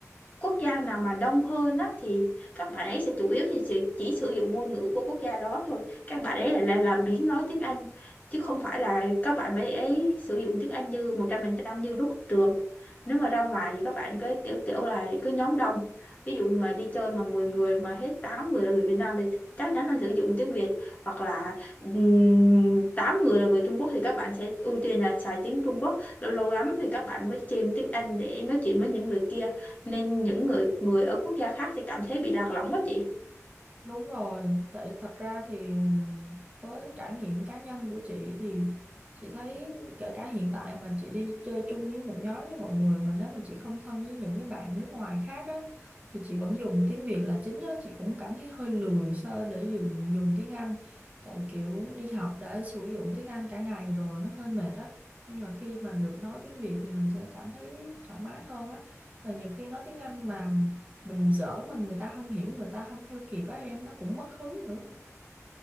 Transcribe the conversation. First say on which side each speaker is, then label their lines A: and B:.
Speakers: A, on the left (about 30°); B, on the right (about 25°).
A: quốc gia nào mà đông hơn á thì các bạn ấy sẽ chủ yếu thì chỉ, chỉ sử dụng ngôn ngữ của quốc gia đó thôi các bạn ấy lại là, là biến nói tiếng Anh chứ không phải là các bạn ấy, ấy sử dụng tiếng Anh như 100% như lúc ở trường nếu mà ra ngoài thì các bạn cứ kiểu kiểu là cứ nhóm đông ví dụ mà đi chơi mà 10 người mà hết 8 người là người Việt Nam thì chắc chắn là sử dụng tiếng Việt hoặc là um, 8 người là người Trung Quốc thì các bạn sẽ ưu tiên là xài tiếng Trung Quốc lâu lâu lắm thì các bạn mới chêm tiếng Anh để nói chuyện với những người kia nên những người người ở quốc gia khác sẽ cảm thấy bị lạc lõng đó chị
B: Đúng rồi, tại thật ra thì với trải nghiệm cá nhân của chị thì chị thấy kể cả hiện tại mà chị đi chơi chung với một nhóm với mọi người mà nếu mà chị không thân với những cái bạn nước ngoài khác á thì chị vẫn dùng tiếng Việt là chính á, chị cũng cảm thấy hơi lười so để dùng dùng tiếng Anh tại kiểu đi học đã sử dụng tiếng Anh cả ngày rồi nó hơi mệt á nên là khi mà được nói tiếng Việt thì mình sẽ cảm thấy thoải mái hơn á và nhiều khi nói tiếng Anh mà mình giỡn mà người ta không hiểu người ta không theo kịp á em nó cũng mất hứng nữa